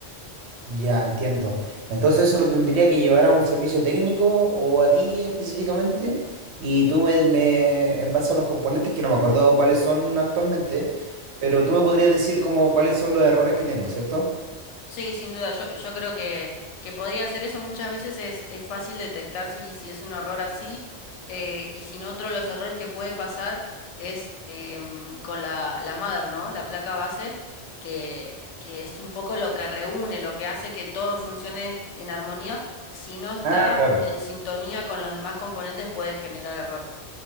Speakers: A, on the right; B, on the left.
A: Ya, entiendo. Entonces eso lo tendría que llevar a un servicio técnico o a ti específicamente, y tú me, me en base a los componentes, que no me acuerdo cuáles son actualmente, pero tú me podrías decir como cuáles son los errores que tengo, ¿cierto?
B: Sí, sin duda, yo, yo creo que, que podría hacer eso. Muchas veces es, es fácil detectar si, si es un error así eh, y sin otro los errores que puede pasar es em, con la, la mother, ¿no? La placa base, que, que es un poco lo que reúne, lo que hace que todo funcione en armonía. Si no está
A: Ah, claro.
B: en sintonía con los demás componentes puede generar error.